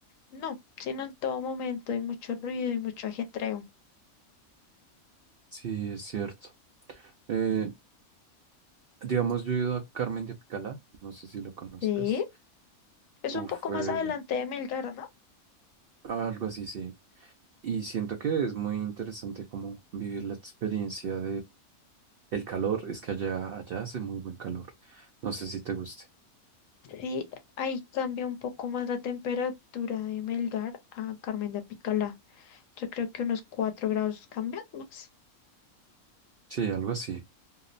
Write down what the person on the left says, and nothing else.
No, sino en todo momento hay mucho ruido y mucho ajetreo.
Sí, es un
poco más
adelante de Melgar, ¿no?
Sí, ahí cambia un poco más la temperatura de Melgar a Carmen de Apicalá. Yo creo que unos 4 grados cambian más.